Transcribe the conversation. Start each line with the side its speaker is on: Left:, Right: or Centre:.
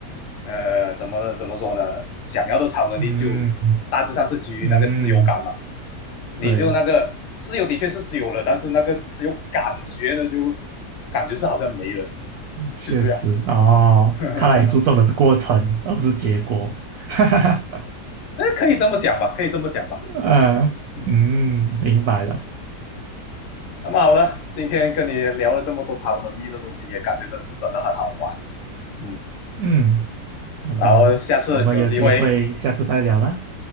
Left: 呃怎么怎么说呢，想要的超能力就大致上是基于那个自由感嘛，
Right: 嗯嗯，
Left: 你就那个自由的确是自由了，
Right: 对，
Left: 但是那个自由感觉呢，就感觉是好像没了，
Right: 确实哦，
Left: 就这样。<laughs>
Right: 看来你注重的是过程而不是结果，<laughs> 哈哈哈，
Left: 哎，可以这么讲吧，可以这么讲吧。
Right: 嗯嗯，
Left: 嗯，
Right: 明白了，
Left: 那么好了，今天跟你聊了这么多超能力的东西，也感觉真是真的很好玩。嗯，
Right: 嗯。好的，
Left: 然后下次有机会，
Right: 我们有机会下次再聊啦。